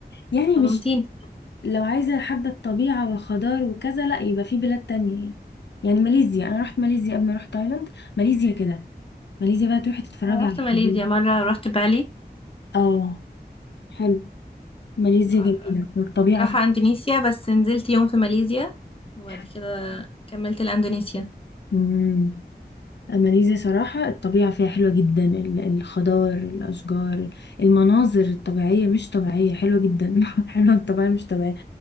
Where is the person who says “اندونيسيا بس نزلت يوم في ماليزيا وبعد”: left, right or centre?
Left